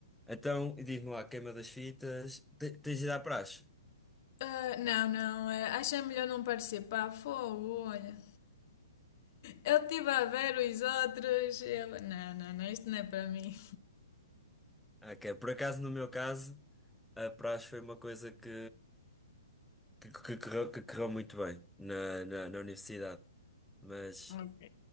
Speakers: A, in the centre; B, on the left.
A: Então, e diz-me lá, queima das fitas, te- tens ido à praxe?
B: Ah, não, não, eh, acho é melhor não participar. Fogo, olha. Eu estive a ver os outros. Eu... Não, não, não, isto não é para mim.
A: Ah, ok. Por acaso, no meu caso, a praxe foi uma coisa que, que, que, correu, que correu muito bem na, na, na universidade. Mas,
B: Ok.